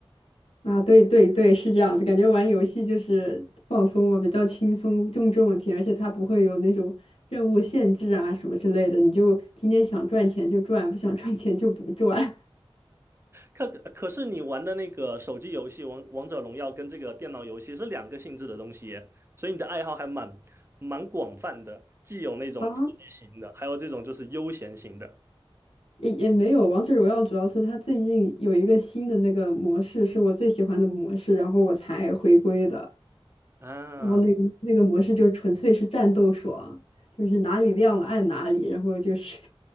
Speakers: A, on the left; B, on the right.
A: 啊，对对对，是这样的，感觉玩游戏就是放松嘛，比较轻松，更重问题，而且它不会有那种任务限制啊什么之类的，你就今天想赚钱就赚，不想赚钱就不赚
B: 可可是你玩的那个手机游戏《王王者荣耀》跟这个电脑游戏是两个性质的东西耶，所以你的爱好还蛮蛮广泛的，既有那种刺激型的，
A: <laughs> 啊，
B: 还有这种就是悠闲型的
A: 也也没有。王者荣耀主要是它最近有一个新的那个模式，是我最喜欢的模式，然后我才回归的。
B: 啊。
A: 然后那个那个模式就纯粹是战斗爽，就是哪里亮了按哪里，然后就是